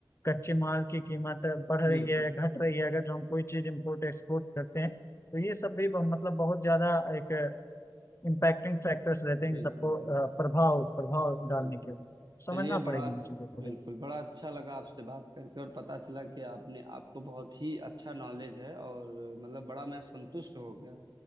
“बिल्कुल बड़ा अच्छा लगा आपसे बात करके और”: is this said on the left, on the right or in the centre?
Right